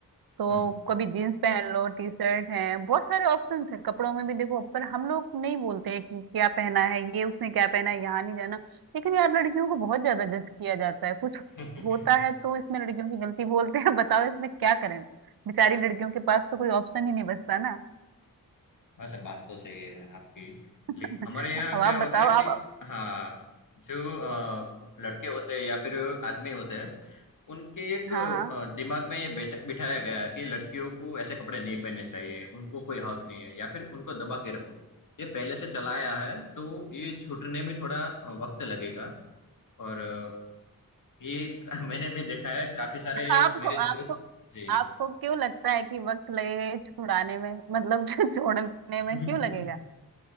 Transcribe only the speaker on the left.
हम्म
<laughs>
वैसे बात तो सही है आपकी
लेकिन हमारे यहाँ
क्या
होता
है कि
हाँ जो अ, लड़के होते हैं या फिर आदमी होते हैं उनके एक
अ, दिमाग में ये बैठ बिठाया गया है कि लड़कियों को ऐसे कपड़े नहीं पहनने चाहिए उनको कोई हक नहीं है या फिर उनको दबा के रखो ये पहले से चला आया है तो ये छूटने में थोड़ा अ, वक्त लगेगा और अ, ये <laughs> मैंने भी देखा है काफी सारे
मेरे
दोस्त जी
<laughs>